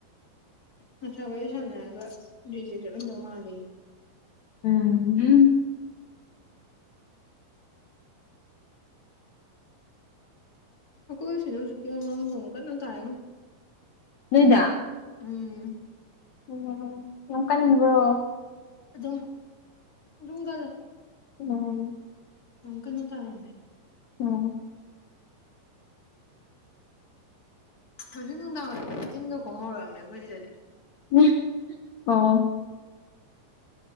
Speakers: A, on the left; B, on the left.
A: ꯉꯁꯥꯏ ꯋꯥꯔꯤ ꯁꯥꯟꯅꯔꯒ ꯔꯤꯖꯦꯛꯇ ꯆꯠꯂꯝꯗꯧ ꯃꯥꯜꯂꯦꯌꯦ
B: ꯎꯝ ꯍꯝ
A: ꯑꯩꯈꯣꯏ ꯁꯤꯗ ꯍꯧꯖꯤꯛꯀꯤꯃ ꯅꯣꯡ ꯀꯟꯅ ꯇꯥꯏꯉꯣ
B: ꯅꯣꯏꯗ
A: ꯎꯝ
B: ꯎꯝꯝ ꯌꯥꯝ ꯀꯟꯕ꯭ꯔꯣ
A: ꯑꯗꯨꯝ ꯑꯗꯨꯝ ꯀꯪꯂꯦ
B: ꯎꯝ
A: ꯌꯥꯝ ꯀꯟꯅ ꯇꯥꯔꯝꯃꯦ
B: ꯎꯝ
A: ꯍꯧꯖꯤꯛ ꯅꯨꯡꯗꯥꯡꯋꯥꯏꯔꯝ ꯇꯤꯟꯒꯥꯡ ꯈꯣꯡ ꯍꯧꯔꯛꯑꯝꯃꯦ ꯑꯩꯈꯣꯏ ꯁꯤꯗꯗꯤ
B: <unintelligible> ꯑꯣ